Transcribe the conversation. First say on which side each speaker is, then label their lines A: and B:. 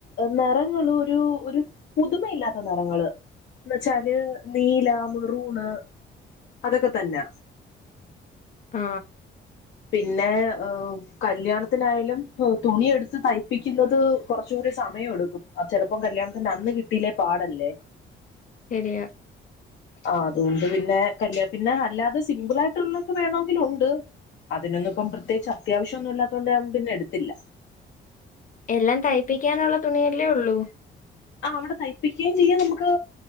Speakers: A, on the left; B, on the left.
A: നിറങ്ങള് ഒരു ഒരു പുതുമയില്ലാത്ത നിറങ്ങള് എന്ന വച്ചാല് നീല, മെറൂണ് അതൊക്കെ തന്നെ
B: ആ
A: പിന്നെ ഏ കല്യാണത്തിനായാലും തുണിയെടുത്ത് തയ്പ്പിക്കുന്നത് കുറച്ച്കൂടി സമയം എടുക്കും അത് ചെലപ്പോ കല്യാണത്തിന് അന്ന് കിട്ടീല്ലേ പാടല്ലേ
B: ശരിയ
A: ആ അതുകൊണ്ട് പിന്നെ കല്യാണ പിന്നെ അല്ലാതെ സിംമ്പിൾ ആയിട്ടുള്ളൊക്കെ വേണോങ്കിൽ ഒണ്ട് അതിനൊന്നും ഇപ്പം പ്രത്യേകിച്ച് അത്യാവശ്യം ഒന്നും ഇല്ലാത്ത കൊണ്ട് ഞൻ പിന്നെ എടുത്തില്ല
B: എല്ലാം തയ്പ്പിക്കാനുള്ള തുണിയല്ലേ ഉള്ളൂ
A: ആ അവിടെ തയ്പ്പിക്കുകയും ചെയ്യാം നമുക്ക്